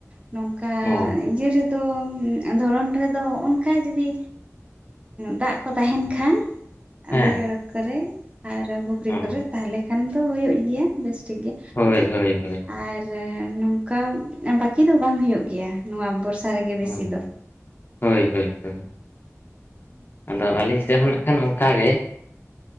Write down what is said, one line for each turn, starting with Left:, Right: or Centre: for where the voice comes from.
Right: ᱱᱚᱝᱠᱟ
Left: ᱚ
Right: ᱤᱭᱟᱹ ᱨᱮᱫᱚ ᱫᱷᱚᱨᱚᱱ ᱨᱮᱫᱚ ᱚᱱᱠᱟ ᱡᱩᱫᱤ ᱫᱟᱜ ᱠᱚ ᱛᱟᱦᱮᱱ ᱠᱷᱟᱱ
Left: ᱦᱮᱸ
Right: ᱵᱟᱹᱭᱦᱟᱹᱲ ᱠᱚᱨᱮ ᱟᱨ ᱯᱩᱠᱷᱨᱤ
Left: ᱚ
Right: ᱠᱚᱨᱮ ᱛᱟᱦᱚᱞᱮ ᱠᱷᱟᱱ ᱫᱚ ᱦᱩᱭᱩᱜ ᱜᱮᱭᱟ ᱵᱮᱥ ᱴᱷᱤᱠ ᱜᱮ
Left: ᱦᱳᱭ ᱦᱳᱭ ᱦᱳᱭ
Right: ᱟᱨ ᱱᱚᱝᱠᱟ ᱵᱟᱹᱠᱤ ᱫᱚ ᱵᱟᱝ ᱦᱩᱭᱩᱜ ᱜᱮᱭᱟ ᱱᱚᱣᱟ ᱵᱚᱨᱥᱟ ᱨᱮᱜᱮ ᱵᱤᱥᱤ
Left: ᱦᱩᱸ
Right: ᱫᱚ
Left: ᱦᱳᱭ ᱦᱳᱭ ᱦᱳᱭ
Right: <unintelligible>
Left: ᱟᱫᱚ ᱟᱹᱞᱤᱧ ᱥᱮᱫ ᱦᱚᱸ ᱱᱟᱜ ᱠᱷᱟᱱ ᱚᱱᱠᱟᱜ ᱜᱮ